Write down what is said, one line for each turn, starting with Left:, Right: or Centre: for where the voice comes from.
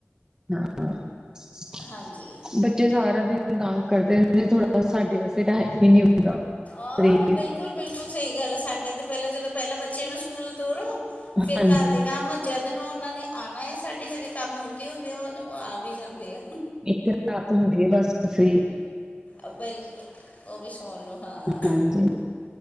Right: ਹਾਂ, ਬੱਚ
Left: ਹਾਂਜੀ
Right: ਬੱਚੇ ਸਾਰਾ ਦਿਨ ਤੰਗ ਕਰਦੇ ਰਹਿੰਦੇ ਥੋੜਾ, ਸਾਡੇ ਵਾਸਤੇ ਟਾਈਮ ਹੀ ਨਹੀਂ ਹੁੰਦਾ।
Left: ਆਹ,
Right: ਫ੍ਰੀ
Left: ਬਿਲਕੁਲ ਬਿਲਕੁਲ ਸਹੀ ਗੱਲ ਸਾਡੇ ਤੇ ਪਹਿਲਾਂ ਜਦੋਂ ਪਹਿਲਾਂ ਬੱਚਿਆਂ ਨੂੰ ਸਕੂਲ ਤੋਰੋ। ਫੇਰ
Right: ਹਾਂਜੀ
Left: ਘਰ ਦੇ ਕੰਮ ਜਦ ਜਦੋਂ ਉਹਨਾਂ ਨੇ ਆਉਣਾ ਏ ਸਾਡੇ ਹਜੇ ਕੰਮ ਮੁੱਕੇ ਹੁੰਦੇ ਆ, ਉਹ ਆ ਵੀ ਜਾਂਦੇ ਆ।
Right: ਇੱਕ ਰਾਤ ਹੁੰਦੀ ਹੈ, ਬਸ ਸਹੀ
Left: ਅਭਲ, ਉਹ ਵੀ ਸੋਣ ਨੂੰ ਹਾਂ।
Right: ਹਾਂਜੀ